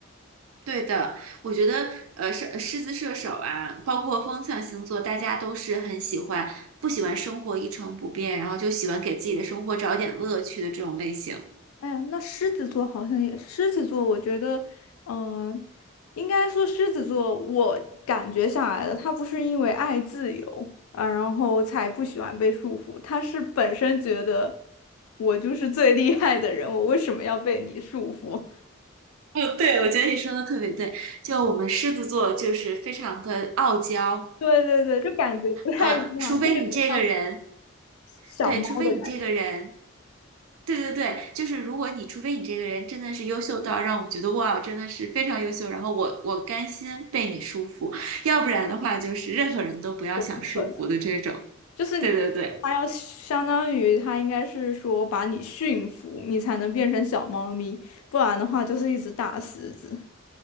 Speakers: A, on the right (about 75°); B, on the left (about 90°).
A: 对的，我觉得呃，狮狮子射手啊，包括风象星座，大家都是很喜欢不喜欢生活一成不变，然后就喜欢给自己的生活找点乐趣的这种类型。
B: 哎那狮子座好像也，狮子座，我觉得，嗯、应该说狮子座，我感觉下来的，他不是因为爱自由啊，然后才不喜欢被束缚，他是本身觉得我就是最厉害的人，我为什么要被你束缚？
A: <laughs> 嗯，对，我觉得你说的特别对。就我们狮子座就是非常的傲娇，
B: <laughs> 对对对，就感觉不太一样，
A: 呃，除非你这个人，
B: 就有点像小猫的感
A: 对，除非你这个人。对对对，就是如果你除非你这个人真的是优秀到让我觉得哇，真的是非常优秀，然后我我甘心被你束缚，要不然的话就是任何人都不要想束缚的这种。
B: 觉。不就是
A: 对对对
B: 它要相当于它应该是说把你驯服，你才能变成小猫咪，不然的话就是一只大狮子。